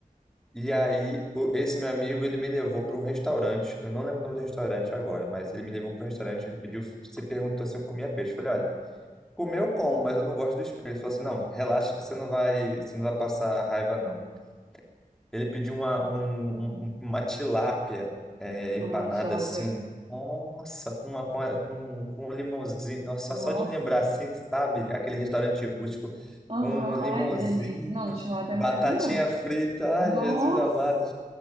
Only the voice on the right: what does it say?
Ah, tilápia.
Nossa.
Aham.
Ai, que delícia. Não, tilápia
é maravilhoso.
Nossa.